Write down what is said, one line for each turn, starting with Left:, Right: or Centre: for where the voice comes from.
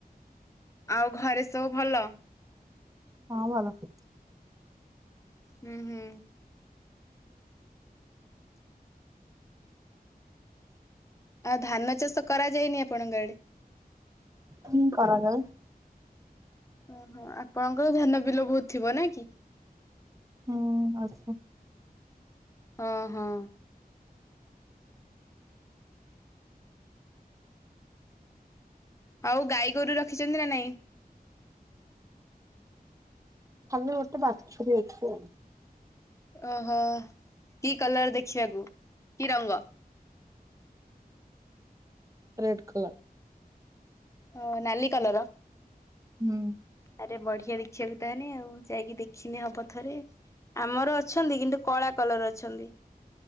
Left: ଆଉ ଘରେ ସବୁ ଭଲ?
Right: ହଁ ଭଲସେ।
Left: ହୁଁ ହୁଁ। ଆଉ ଧାନ ଚାଷ କରାଯାଇନି ଆପଣଙ୍କ ଆଡେ?
Right: ହୁଁ କରାଯାଏ।
Left: ଓହୋ ଆପଣଙ୍କର ଧାନ ବିଲ ବହୁତ ଥିବ ନାଁ କି?
Right: ହୁଁ ଅଛି।
Left: ହଁ ହଁ। ଆଉ ଗାଈ ଗୋରୁ ରଖିଛନ୍ତି ନା ନାଇଁ?
Right: ଖାଲି ଗୋଟେ ବାଛୁରୀ ଅଛି ଆଉ।
Left: ଓହୋ କି କଲର ଦେଖିବାକୁ କି ରଙ୍ଗ?
Right: Red colour.
Left: ଓ ନାଲି କଲର।
Right: ହୁଁ।
Left: ଆରେ ବଢିଆ ଦେଖିବାକୁ ତାହନେ ଆଉ ଯାଇକି ଦେଖିନେ ହବ ଥରେ। ଆମର ଅଛନ୍ତି କିନ୍ତୁ କଳା କଲର ଅଛନ୍ତି